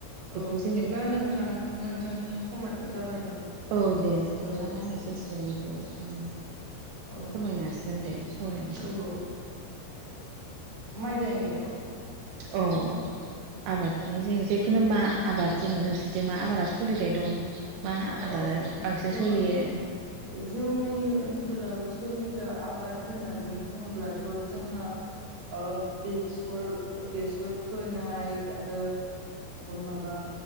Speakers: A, on the right; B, on the right.
A: बेखौ
B: औ
A: जोङो
B: बिदिब्ला नोंथां नोंथांनि समादो जाबायमोन।
A: औ दे नोंथाङा
B: औ
A: दा
B: बिदिब्ला
A: <unintelligible> औ
B: औ
A: फोरमायनाांसिगोन दे सावराय
B: औ माइ गायनायखौ
A: अ अ
B: औ
A: आबादनि जाय जाय बेखुनु मा आबाद दोननो नोंसोरदि मा आबादा सोलिबाय दं? मा
B: औ
A: आबादा बांसिन
B: जोंहा
A: सलियो।
B: जोंनि ओनसोलाव सोलिग्रा आबाद होननानै बुङोब्लाथ' जोंहा ओ बेसर बेसर फोनाय आरो माबा